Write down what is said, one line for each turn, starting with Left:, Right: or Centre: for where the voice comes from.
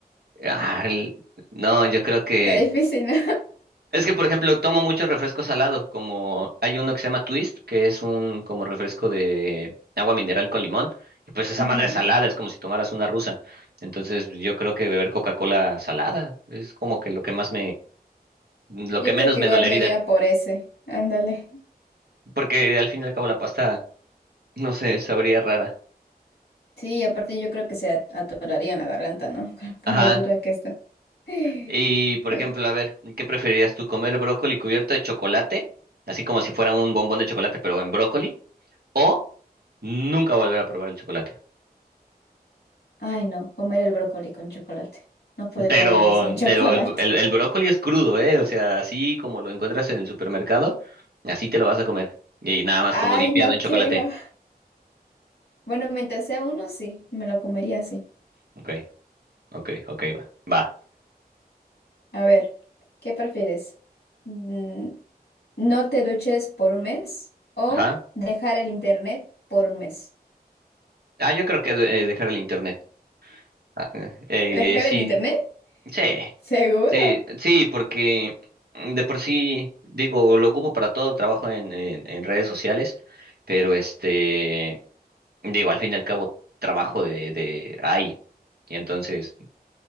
Right: ah, el- no, yo creo que
Left: difícil, ¿no?
Right: es que por ejemplo tomo mucho refresco salado, como hay uno que se llama Twist, que es un como refresco de agua mineral con limón. Y pues esa
Left: <laughs> Ujú.
Right: madre es salada, es como si tomaras una rusa. Entonces, yo creo que beber Coca-Cola salada es como que lo que más Lo
Left: Yo
Right: que menos
Left: creo que
Right: me
Left: igual
Right: dolería,
Left: me iría por ese. Ándale.
Right: porque al fin y al cabo la pasta, no sé, sabría rara.
Left: Sí, y aparte yo creo que se at- atoraría en la garganta, ¿no? <laughs> Por
Right: Ajá.
Left: lo dura que está. <laughs> Ay,
Right: Y por ejemplo, a ver, ¿qué preferirías tú, comer brócoli cubierto de chocolate, así como si fuera un bombón de chocolate, pero en brócoli, o nunca volver a probar el chocolate?
Left: Ay, no, comer el brócoli con chocolate. No podría
Right: Pero,
Left: vivir sin <laughs> chocolate.
Right: pero el, el, el brócoli es crudo, ¿eh? O sea, así como lo encuentras en el supermercado, así te lo vas a comer. Y nada más
Left: Ay,
Right: como dipeado
Left: no
Right: en chocolate.
Left: creo. Bueno, mientras sea uno, sí, me lo comería así.
Right: Ok, ok, ok, va, va.
Left: A ver, ¿qué prefieres? Mm, ¿No te duches por un mes o
Right: Ajá.
Left: dejar el internet por un mes?
Right: Ah, yo creo que de- eh, dejar el internet. Ah, eh,
Left: ¿Dejar
Right: eh, sí.
Left: el internet?
Right: Sí,
Left: Seguro.
Right: sí, sí, porque mm, de por sí, digo, lo ocupo para todo, trabajo en, en, en redes sociales, pero este, digo, al fin y al cabo trabajo de, de ahí. Y entonces,